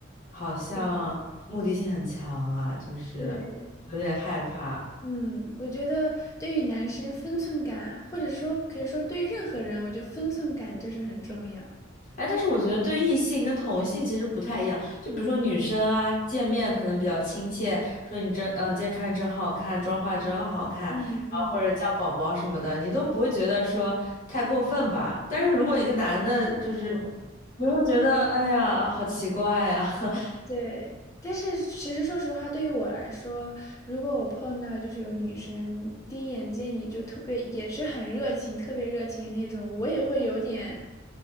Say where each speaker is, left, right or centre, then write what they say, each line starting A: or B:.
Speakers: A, on the left; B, on the left.
A: 好像目的性很强啊，
B: 对
A: 就是
B: 对。
A: 有点害怕。
B: 嗯，我觉得对于男生分寸感，或者是说可以说对于任何人，我觉得分寸感就是很重要。
A: 哎，但是我觉得对异性跟同性其实不太一样。就比如说女生啊，见面可能比较亲切，说你真，嗯、今天穿得真好看，妆化得真好看，
B: 嗯嗯，
A: 然后或者叫宝宝什么的，你都不会觉得说太过分吧？但是如果一个男的，就是你会觉得，哎呀，好奇怪呀、<laughs>
B: 对。但是其实说实话，对于我来说，如果我碰到就是有女生第一眼见你就特别也是很热情，特别热情的那种，我也会有点，